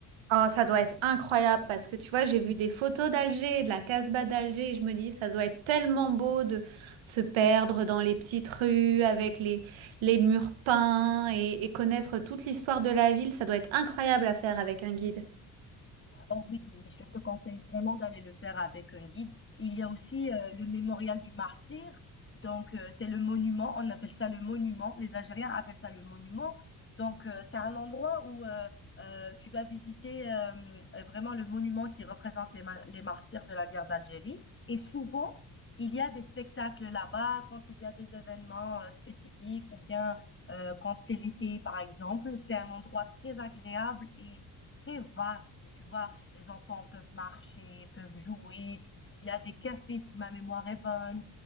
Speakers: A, on the right; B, on the left.
A: Oh, ça doit être incroyable parce que tu vois, j'ai vu des photos d'Alger, de la Casbah d'Alger, et je me dis, ça doit être tellement beau de se perdre dans les petites rues avec les, les murs peints et, et connaître toute l'histoire de la ville. Ça doit être incroyable à faire avec un guide.
B: Oh oui, oui, oui, je te conseille vraiment d'aller le faire avec un guide. Il y a aussi euh, le mémorial du martyr. Donc, euh, c'est le monument. On appelle ça le monument. Les Algériens appellent ça le monument. Donc, euh, c'est un endroit où euh, euh, tu vas visiter euh, euh, vraiment le monument qui représente les, ma- les martyrs de la guerre d'Algérie. Et souvent, il y a des spectacles là-bas quand il y a des événements euh, spécifiques ou bien euh, quand c'est l'été, par exemple. C'est un endroit très agréable et très vaste, tu vois. Les enfants peuvent marcher, peuvent jouer. Il y a des cafés si ma mémoire est bonne.